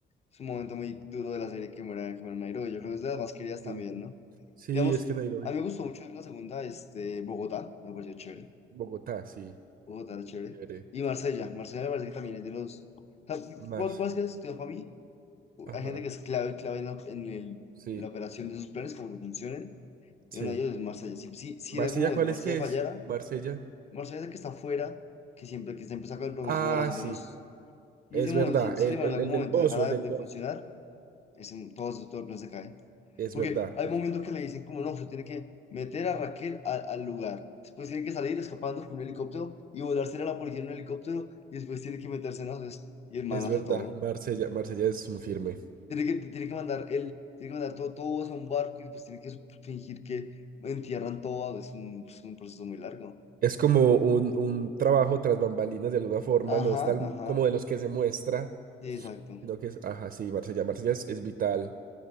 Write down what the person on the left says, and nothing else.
es un momento muy duro de la serie que muera, que muera Nairo. Yo creo que es de las más queridas también,
¿no?
Digamos,
a mí me gustó mucho la segunda, este, Bogotá. Me pareció chévere.
Bogotá era chévere.
Y Marsella. Marsella me parece que también es de los... o sea,
¿Cuál, cuál es que estudió para mí?
Hay gente que es clave, clave en la, en el-
la operación de sus planes, como que funcionen.
Y uno de ellos es Marsella. Si, si, si
en algún momento
Marsella
fallara,
Marsella es el que está afuera, que siempre que está empezando con el profesor,
haciendo
los... Y
ese mo-
si, si
ese man
en algún
momento
dejara
de, de
funcionar, ese, todo, eso- todo el plan se cae.
Porque
hay momentos que le dicen como, no, usted tiene que meter a Raquel al al lugar. Después tiene que salir escapando con un helicóptero y volarse a la policía en un helicóptero y después tiene que meterse en las... Y el man
hace
todo.
Tiene que, tiene que mandar el, tiene que mandar todo, todo eso a un barco y pues tiene que fingir que entierran todo. ah, Es un, es un proceso muy largo.
Ajá,
ajá.
Sí, exacto.